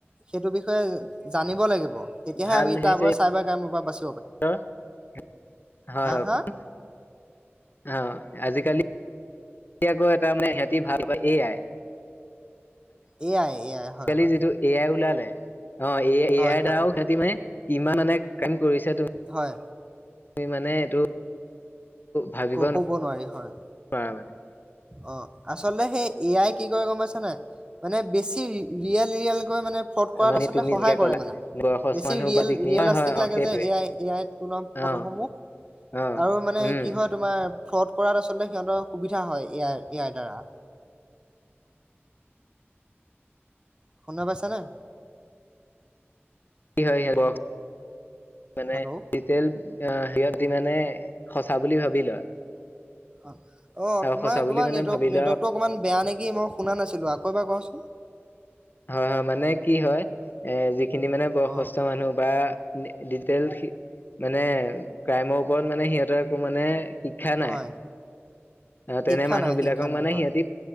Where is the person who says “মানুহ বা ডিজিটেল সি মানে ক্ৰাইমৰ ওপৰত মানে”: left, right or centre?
Left